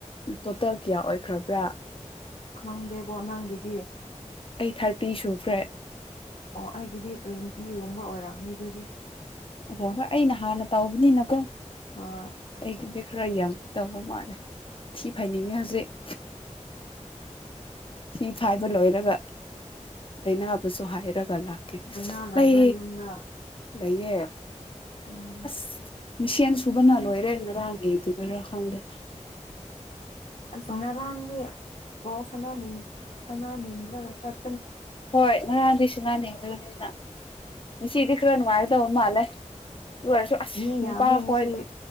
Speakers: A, on the left (about 45°); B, on the left (about 80°).
A: ꯇꯣꯇꯦꯜ ꯀꯌꯥ ꯑꯣꯏꯈ꯭ꯔꯕ꯭ꯔꯥ
B: ꯈꯪꯗꯦꯕꯣ ꯅꯪꯒꯤꯗꯤꯌꯦ
A: ꯑꯩ ꯊꯥꯔꯇꯤ ꯁꯨꯈ꯭ꯔꯦ
B: ꯑꯣ ꯑꯩꯒꯤꯗꯤ ꯇ꯭ꯋꯦꯟꯇꯤꯒꯨꯝꯕ ꯑꯣꯏꯔꯝꯅꯤ ꯑꯗꯨꯗꯤ
A: ꯑꯣꯍꯣ ꯍꯣꯏ ꯑꯩꯅ ꯍꯥꯟꯅ ꯇꯧꯕꯅꯤꯅꯀꯣ
B: ꯍꯣꯏ
A: ꯑꯩꯒꯤꯗꯤ ꯈꯔ ꯌꯥꯝ ꯇꯧ ꯃꯥꯅꯦ ꯊꯤ ꯐꯥꯏꯅꯤꯡꯉꯦ ꯍꯧꯖꯤꯛ <inaudible> ꯁꯤ ꯐꯥꯏꯕ ꯂꯣꯏꯔꯒ ꯑꯩꯅꯕꯁꯨ ꯍꯥꯏꯔꯒ ꯂꯥꯛꯀꯦ
B: ꯂꯥꯏꯅꯥ ꯂꯩꯕ꯭ꯔꯥ
A: ꯂꯩ
B: ꯌꯨꯝꯗ
A: ꯂꯩꯌꯦ
B: ꯎꯝ
A: ꯑꯁ ꯃꯤꯁꯦꯟ ꯁꯨꯕꯅ ꯂꯣꯏꯔꯦ ꯉꯔꯥꯡ ꯑꯦ ꯔ ꯈꯪꯗꯦ
B: ꯁꯔꯗꯤ ꯎ ꯁꯅꯥ ꯅꯤꯡ ꯁꯅꯥ ꯅꯤꯡꯗ꯭ꯔꯒ ꯆꯠ
A: ꯍꯣꯏ ꯉꯔꯥꯡꯗꯩꯁꯨ ꯅ ꯅꯤꯡꯗꯁꯤꯅ ꯁꯤꯗꯤ ꯈꯔ ꯅꯨꯡꯉꯥꯏꯅ ꯇꯧꯕ ꯃꯥꯜꯂꯦ ꯑꯗꯨ ꯑꯣꯏꯔꯁꯨ ꯑꯁ
B: ꯃꯤ ꯌꯥꯝꯃꯦ
A: ꯅꯨꯄꯥ
B: ꯉꯁꯤ
A: ꯈꯣꯏꯂꯦ